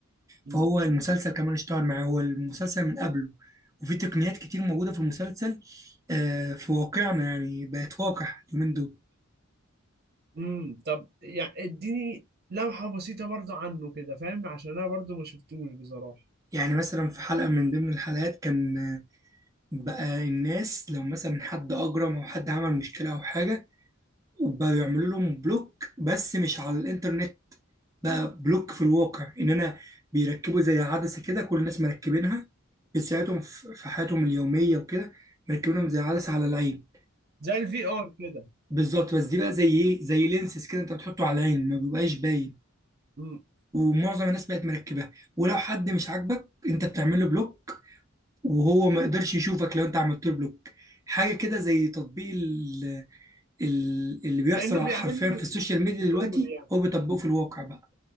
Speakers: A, on the right; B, on the right.
A: مم.
B: فهو المسلسل كمان اشتهر معاه هو المسلسل من قبله وفي تقنيات كتير موجودة في المسلسل آه، في واقعنا يعني بقت واقع اليومين دول
A: مم. طب يعني اديني لمحة بسيطة برضو عنه كده فاهم عشان انا برضو ما شفتوش بصراحة
B: يعني مثلا في حلقة من ضمن الحلقات كان آه، بقى الناس لو مثلا حد أجرم أو حد عمل مشكلة أو حاجة وبقوا يعملوا لهم بلوك بس مش على الإنترنت بقى بلوك في الواقع ان انا بيركبوا زي عدسه كده كل الناس مركبينها بتساعدهم في في حياتهم اليوميه وكده مركبينهم زي عدسه على العين
A: زي الفي ار كده
B: فبالظبط بس دي بقى زي ايه زي لينسز كده انت بتحطه على العين ما بيبقاش باين
A: مم.
B: ومعظم الناس بقت مركبها ولو حد مش عاجبك انت بتعمل له بلوك وهو ما يقدرش يشوفك لو انت عملت له بلوك حاجه كده زي تطبيق ال- ال- اللي بيحصل
A: كأنه بيعمل
B: حرفيا في السوشيال
A: له
B: ميديا
A: بلور
B: دلوقتي
A: يعني
B: هو بيطبقه في الواقع بقى